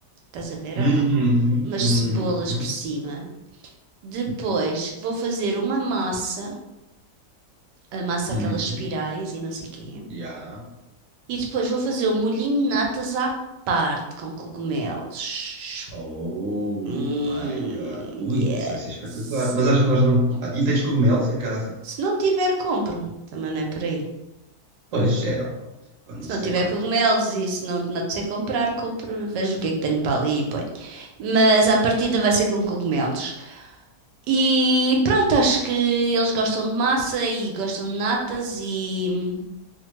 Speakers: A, on the right (about 80°); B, on the right (about 55°).
A: Estás a ver
B: Uhum,
A: ou não? Umas
B: uhum,
A: cebolas por cima. Depois
B: uhum,
A: vou fazer uma massa, a massa
B: uhum.
A: aquelas espirais e não sei o quê.
B: Yeah.
A: E depois vou fazer o molhinho de natas à parte com cogumelos.
B: Oh
A: Hum,
B: my God. Ui,
A: yes.
B: isso vai ser espetacular. Mas acho que nós não. Ah, E tens cogumelos em casa?
A: Se não tiver, compro. Também não é por aí.
B: Pois, é normal. Quando
A: Se
B: não se
A: não
B: tem
A: tiver
B: compra.
A: cogumelos e se não me apetecer comprar, compro, vejo o que é que tenho para ali e ponho. Mas à partida vai ser com cogumelos. E pronto, acho que eles gostam de massa e gostam de natas e